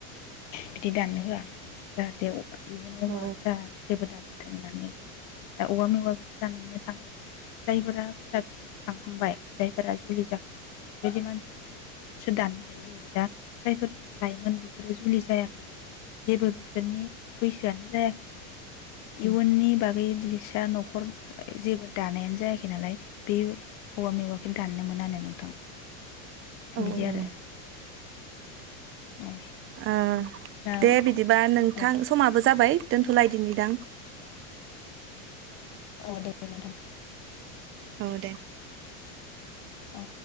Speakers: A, on the left (about 40°); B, on the right (about 30°).
A: बिदि दाननो होआ जाहाथे इयुनाव
B: औ
A: मा जा जेबो दा थों होननानै औवा मेवाखौ दाननो <unintelligible> थांब्लाजायफोरा फिसा फिसौ खांखांबाय जायफोरा जाखांबाय बेफोरबायदि मानसिया सो दाननो हायि जाहैबाय दा जायफोर लाइमोन गो जुलि जायाखै जेबो बि बिसोरनि बैसोआनो जायाखै इयुननि बागै दिबिसा न'खर न'खर जेबो दानायानो जायाखै नालाय बे हौवा मेवाखौ दाननो मोनानो होन्नानै नोंथां
B: औ औ
A: बिदि आरो औ
B: ओ
A: दा
B: दे बिदिबा नोंथां
A: औ
B: समाबो जाबाय दोनथ'लायदिनि दां
A: औ देेदे नोंथां
B: औ दे
A: औ